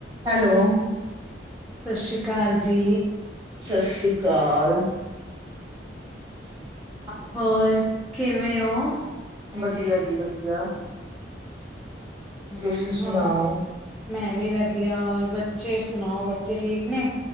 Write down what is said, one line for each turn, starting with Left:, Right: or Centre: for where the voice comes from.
Right: ਹੈਲੋ,
Centre: ਸਤਿ ਸ਼੍ਰੀ ਅਕਾਲ ਜੀ,
Right: ਸਤਿ ਸ਼੍ਰੀ ਅਕਾਲ, <inaudible>
Centre: ਹੋਰ, ਕਿਵੇਂ ਔ?
Right: ਵਧੀਆ ਜੀ ਵਧੀਆ,
Centre: ਹਮ
Right: ਤੁਸੀ ਸੁਣਾਓ?
Centre: ਹੋਰ ਮੈਂ ਵੀ ਵਧੀਆ ਹੋਰ ਬੱਚੇ ਸੁਣਾਓ ਬੱਚੇ ਠੀਕ ਨੇ?